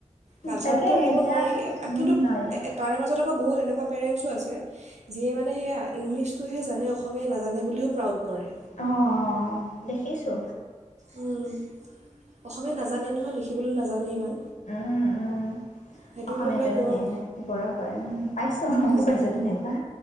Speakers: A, on the right; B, on the left.
A: কালচাৰটোতো
B: তাকে
A: এৰিব
B: এতিয়া
A: নোৱাৰি
B: উম
A: কিন্তু
B: নোৱাৰিলে
A: তাৰে মাজত আকৌ বহুত এনেকুৱা পেৰেণ্টছো আছে যিয়ে মানে সেয়া ইংলিছটোহে জানে অসমীয়া নাজানে বুলিও প্ৰাউড। কৰে
B: অ', - অ', দেখিছো।
A: উম', অসমীয়া নাজানে নহয় লিখিবলৈ নাজ নাজানে ইমান
B: উম ', -উম ',
A: সেইটোক
B: অসমীয়াটো
A: লৈ পেলাই
B: ইমান
A: গৌৰৱ
B: হেৰি নাই গৌৰৱ কৰে উম ', পাইছোঁ ময়ো
A: উম।
B: পাইছোঁ তেনেকুৱা